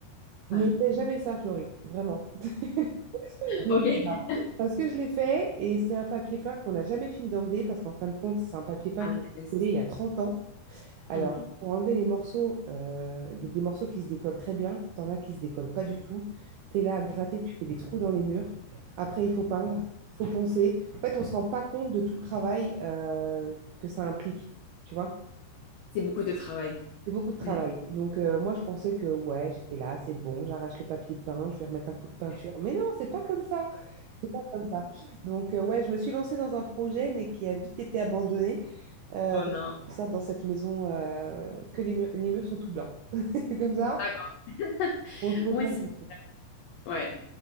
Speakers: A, on the right; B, on the left.
A: Ne
B: Ouais.
A: fais jamais ça, Florie, vraiment. <laughs>
B: Ok.
A: Parce que je l'ai fait et c'est un papier peint qu'on n'a jamais fini d'enlever parce qu'en fin de compte, c'est un papier peint
B: Ah,
A: qui a été
B: mince.
A: collé il y a 30 ans. Alors,
B: Mmh.
A: pour enlever les morceaux, euh, il y a des morceaux qui se décollent très bien, t'en as qui se décollent pas du
B: Ouais.
A: tout. Tu es là à gratter, tu fais des trous dans les murs. Après, il faut peindre, il faut poncer. En fait, on se rend pas compte de tout le travail euh, que ça implique, tu vois?
B: C'est beaucoup de travail.
A: C'est beaucoup de travail.
B: Mm.
A: Donc, euh, moi, je pensais que, ouais, j'étais là, c'est bon, j'arrache le papier peint, je vais remettre un coup de peinture.
B: Ouais.
A: Mais non, c'est pas comme ça. C'est pas comme ça. Donc, euh, ouais, je me suis lancée dans un projet, mais qui a vite été abandonné. Euh,
B: Oh
A: donc,
B: non.
A: c'est pour ça, dans cette maison, euh, que les murs, les murs sont tout blancs. <laughs> Comme ça,
B: D'accord.
A: on se pose
B: Ouais,
A: pas.
B: c'est...
A: la question.
B: Ouais.